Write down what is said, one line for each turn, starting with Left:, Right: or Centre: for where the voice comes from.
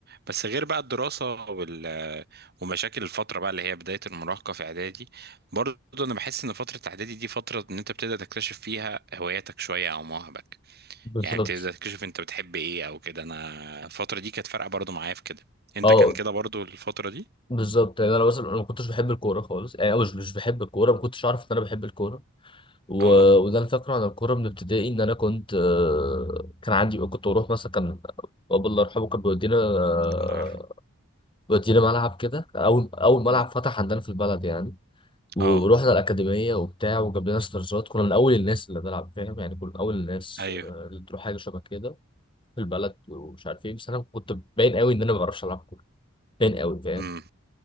Right: بس غير بقى الدراسة وال... ومشاكل الفترة بقى اللي هي بداية المراهقة في إعدادي برضه أنا بحس إن فترة إعدادي دي فترة إن أنت بتبدأ تكتشف فيها هواياتك شوية أو مواهبك
Left: بالظبط
Right: يعني بتبدأ تكتشف أنت بتحب إيه أو كده أنا الفترة دي كانت فارقة برضه معايا في كده أنت
Left: اه
Right: كان كده برضه الفترة دي؟
Left: بالظبط يعني انا مثلا انا ما كنتش بحب الكوره خالص يعني أو مش مش بحب الكوره ما كنتش اعرف ان انا بحب الكوره و...
Right: أه
Left: وده انا فاكره عن الكوره من ابتدائي ان انا كنت آه، كان عندي كنت بروح مثلا كان بابا الله يرحمه كان بيودينا آه،
Right: الله يرحمه
Left: بيودينا ملعب كده اول اول ملعب
Right: أمم.
Left: فتح عندنا في البلد يعني ورحنا
Right: أه
Left: الاكاديميه وبتاع وجاب لنا استرزات كنا من اول الناس اللي بنلعب فاهم يعني كنا من اول الناس
Right: أيوه
Left: آه، اللي تروح حاجه شبه كده في البلد ومش عارف ايه بس انا كنت باين قوي ان انا ما بعرفش العب كوره باين قوي فاهم
Right: أمم.